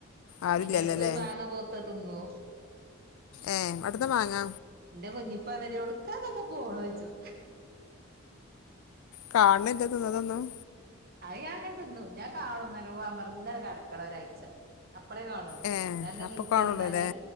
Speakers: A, on the left; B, on the right.
A: ആരുല്ലല്ലോല്ലേ
B: അയിന്റെ എടക്കൊരു മാങ്ങ പഉത്തെ തിന്നു
A: ഏ അവിടുന്ന് മാങ്ങ
B: ന്റെ കുഞ്ഞിപ്പറീം എവിട്ക്കാ തൊക്കെ പോണെച്ചും
A: കാണ് ണില്ല തിന്നതൊന്നും
B: അത് ഞാൻങ്ങനെ തിന്നും ഞാൻ കാണും നല്ലോം അമർന്നാണ്ട് കടക്കണം ഒരാഴ്ച്ച അപ്പളേ കാണോള്ളൂ
A: ഏ
B: ഞാങ്ങനെ
A: അപ്പൊ
B: നീച്ചടന്നാല്
A: കാണുള്ളൂല്ലേ